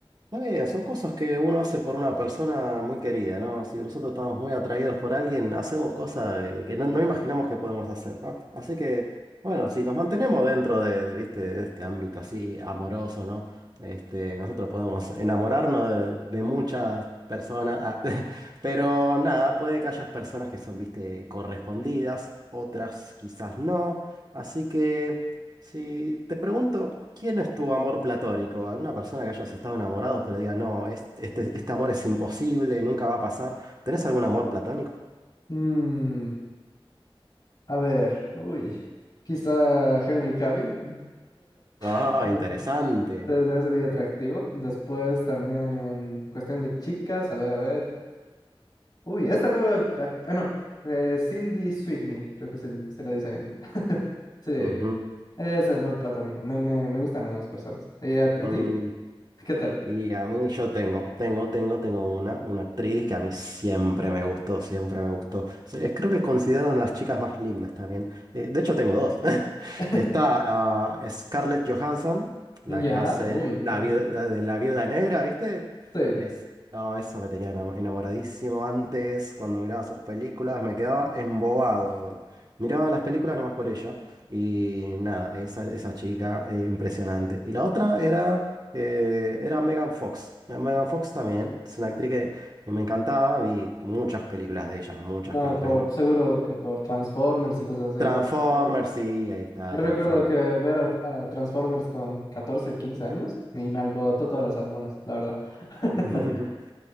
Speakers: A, on the right; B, on the left.
A: Está bien, son cosas que uno hace por una persona muy querida, ¿no? Si nosotros estamos muy atraídos por alguien, hacemos cosas eh, que no, no imaginamos que podemos hacer, ¿no? Así que, bueno, si nos mantenemos dentro de, de, ¿viste? de este ámbito así amoroso, ¿no? Este, nosotros podemos enamorarnos de, de muchas personas, ah, <laughs> pero nada, puede que haya personas que son, ¿viste? correspondidas, otras quizás no. Así que... Si te pregunto, ¿quién es tu amor platónico? ¿Alguna persona que hayas estado enamorados pero diga, no, es- este, este amor es imposible, nunca va a pasar? ¿Tenés algún amor platónico?
B: Mm, a ver, uy, quizá Henry Cavill.
A: Ah,
B: <laughs>
A: interesante.
B: Entonces es muy atractivo. Después también en cuestión de chicas, a ver, a ver. Uy, esta nueva... ac- Ah, no. eh, Cindy Sweeney, creo que se, le- se lo dice bien. <laughs> Sí,
A: Ujú.
B: es amor platónico. Me, me, me gustan ambas personas. ¿Y a, a
A: Mm,
B: ti? ¿Qué tal?
A: Y a mí yo tengo, tengo, tengo, tengo una, una actriz que a mí siempre me gustó, siempre me gustó. Se- eh, Creo que considero una de las chicas más lindas también. Eh, de hecho tengo dos. <laughs>
B: <laughs>
A: Está ah, Scarlett Johansson, la
B: Ya,
A: que hace
B: uy,
A: la
B: uy.
A: viuda, de la viuda negra, ¿viste?
B: Sí,
A: Es, oh, esa me tenía enamo- enamoradísimo antes, cuando miraba sus películas, me quedaba embobado. Miraba las películas nomás por ella. Y nada, esa, esa chica, eh, impresionante. Y la otra era... Eh, era Megan Fox. Eh, Megan Fox también. Es una actriz que me encantaba. Vi muchas películas de ella, muchas
B: no,
A: películas.
B: por,
A: inclu-
B: seguro que por Transformers y cosas así.
A: Transformers,
B: Yo recuerdo,
A: sí, ahí está,
B: yo recuerdo
A: Transformers.
B: que ver a, a Transformers con 14 15 años y me alborotó todas las hormonas, la verdad. <laughs>
A: <laughs>